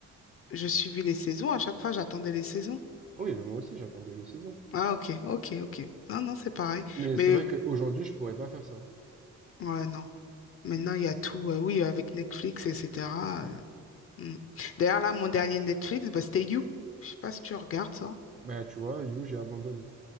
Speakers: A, on the left; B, on the right.
A: Je suivais les saisons. À chaque fois, j'attendais les saisons.
B: Ah Oui, ben moi aussi, j'attendais les saisons.
A: Ah, ok, ok, ok. Non, non, c'est pareil.
B: Mais c'est
A: Mais,
B: vrai
A: euh,
B: qu'aujourd'hui, je pourrais pas faire ça.
A: ouais, non. Maintenant, il y a tout. euh, oui, avec Netflix, etc. euh, hmm. D'ailleurs, là, mon dernier Netflix, bah, c'était You. Je sais pas si tu regardes ça.
B: Bah, tu vois, You, j'ai abandonné.